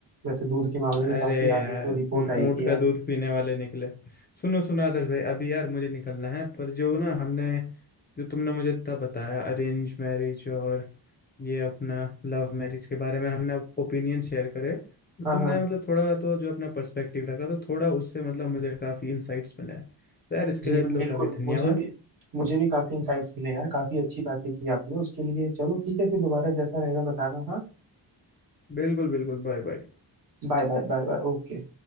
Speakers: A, on the right; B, on the left.
A: वैसे दूध के मामले
B: अरे
A: में काफी आगे
B: यार
A: हैं, जो रिपोर्ट
B: तुम
A: आई
B: ऊँट
A: थी यार
B: का दूध पीने वाले निकले सुनो सुनो आदर्श भाई अभी यार मुझे निकलना है पर जो ना हमने जो तुमने मुझे इतना बताया अरेंज मैरिज और ये अपना लव मैरिज के बारे में हमने ओपिनियन शेयर करे तो तुमने
A: हाँ हाँ
B: मतलब थोड़ा तो जो अपना पर्सपेक्टिव रखा तो थोड़ा उससे मतलब मुझे काफ़ी इंसाइट्स मिले हैं तो यार इसके
A: जी
B: लिए मतलब
A: बिल्कुल
B: काफ़ी धन्यवाद
A: मुझे भी मुझे भी काफी इंसाइट्स मिले यार काफी अच्छी बातें की आपने उसके लिए चलो ठीक है फिर दोबारा जैसा रहेगा बताना हाँ
B: बिल्कुल बिल्कुल बाय बाय
A: Bye bye bye bye Okay